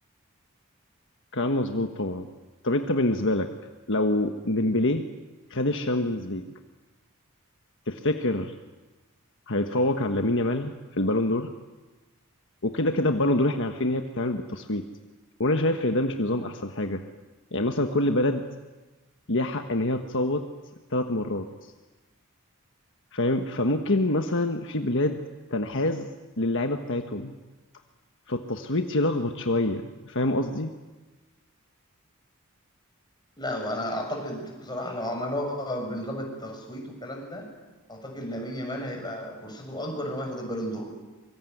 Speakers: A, on the left; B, on the left.
A: كلام مظبوط طبعا طب انت بالنسبه لك لو ديمبلي خد الشامبيونز ليج تفتكر هيتفوق على لامين يامال في البالون دور وكده كده البالون دور احنا عارفين ان هي بتتعمل بالتصويت وانا شايف ان ده مش نظام احسن حاجه يعني مثلا كل بلد ليها حق ان هي تصوت ثلاث مرات فاهم فممكن مثلا في بلاد تنحاز للعيبه بتاعتهم فالتصويت يلخبط شويه فاهم قصدي
B: لا انا اعتقد بصراحه لو عملوها بنظام التصويت والكلام ده اعتقد لامين يامال هيبقى فرصته اكبر ان هو ياخد البالون دور